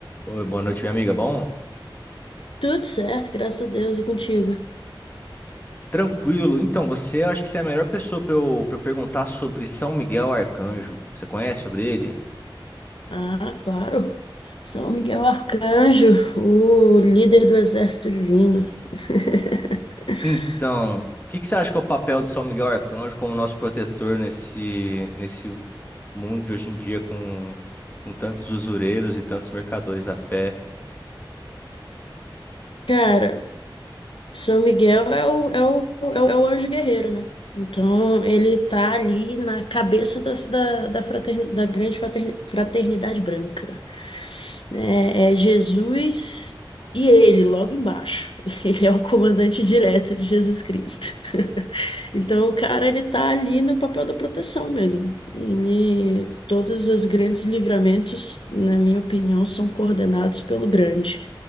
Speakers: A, on the left (about 25°); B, on the left (about 80°).
A: Oi, boa noite, minha amiga. Bom,
B: Tudo certo, graças a Deus e contigo.
A: tranquilo. Então, você acho que você é a melhor pessoa para eu, para perguntar sobre São Miguel Arcanjo. Você conhece sobre ele?
B: Ah, claro. São Miguel Arcanjo, o líder do exército divino. <laughs>
A: Então, o que que você acha que é o papel de São Miguel Arcanjo como nosso protetor nesse, nesse mundo de hoje em dia com, com tantos usureiros e tantos mercadores da fé?
B: Cara, São Miguel é o, é o, é o, é o anjo guerreiro, né? Então, ele tá ali na cabeça da, da, da, fraterni- da grande fraterni- fraternidade branca. É, é Jesus e ele, logo embaixo. <laughs> Ele é o comandante direto de Jesus Cristo. <laughs> Então, o cara, ele tá ali no papel da proteção mesmo. E todos os grandes livramentos, na minha opinião, são coordenados pelo grande,